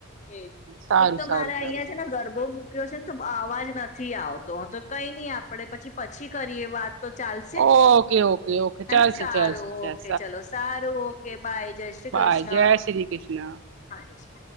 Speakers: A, on the left; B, on the right.
A: એજ
B: સારું
A: એક તો
B: સારું
A: મારે
B: સારું
A: અહિયાં છે ને ગરબો <unintelligible> છે ને તો અવાજ નથી આવતો તો કઈ નહી આપડે પછી પછી કરીએ વાત તો ચાલશે
B: ઓકે ઓકે ઓકે
A: હેને
B: ચાલશે
A: સારું
B: ચાલશે ચાલ
A: ઓકે ચલો સારું ઓકે બાય જય શ્રી
B: બાય
A: કૃષ્ણ
B: જય
A: હા
B: શ્રી કૃષ્ણ
A: જય શ